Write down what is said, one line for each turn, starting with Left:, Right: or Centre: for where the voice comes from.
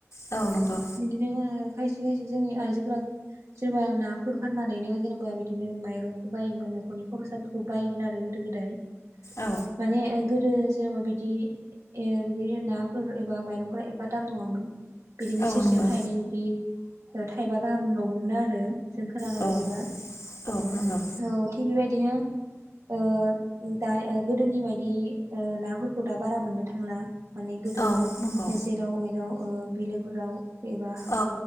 Left: औ नंगौ
Right: बिदिनो खायसे खायसे जोंनि आइजोफोरा जेनेबा नाफोर फाननानैनो जेनेबा बिदिनो माइरंफोर बायोमोन न'खरनि खर'साफोरखौ बायोमोन आरो गोदो। गोदाय
Left: औ
Right: माने गोदो जेनेबा बिदि ए बिदिनो नाफोर एबा माइरंफोरा एफा दाम नंङामोन। बिदिनो
Left: औ
Right: सेरसेयाव
Left: नंगौ
Right: थायनौ बिदि थाइबा गाहामल' मोनो आरो। जों खोनानाय
Left: औ
Right: बायदिबा
Left: औ नंगौ
Right: औ थिग बेबायदि बिदिनो अ दा गोदोनि बायदि नाफोरखौ दा बारा मोननो थांला। माने गोदो
Left: औ नंगौ
Right: जेराव मेराव अ बिलोफोराव एबा
Left: औ